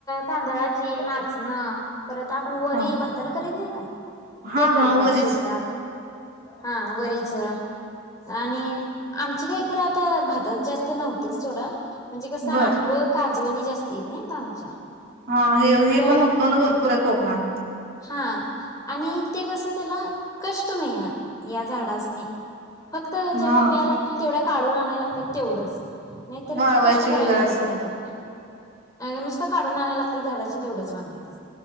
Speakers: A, on the left; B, on the right.
A: तांदळाची नाचना. परत आपण वरी
B: हा
A: भाताला करीत नाही का?
B: हा
A: ते करत्यात
B: हा वरीच
A: शेतात, हा वरीच आणि, आमची काय खरं आता भाताच जास्त नव्हतंच सोडा. म्हणजे कसं
B: बर
A: आंब, काजवणी जास्ती हाइत नी आमच्या.
B: हा. हे, हे
A: त्यामुळं
B: पण उत्पन्न भरपूर आहे कोकणात.
A: हा, आणि ते कस, त्याला कष्ट नाही हाय. या झाडासनी. फक्त जेव्हा
B: हा
A: ब्या लागतील तेवढ्या काढून आणायला लागत्यात तेवढंच, नाहीतर
B: वाळवायची
A: कष्ट करायला
B: वगैरे
A: लागीत
B: असतात
A: नाही त्याला, नुसत काढून आणायला लागतय झाडाच तेवढंच म्हणायचं.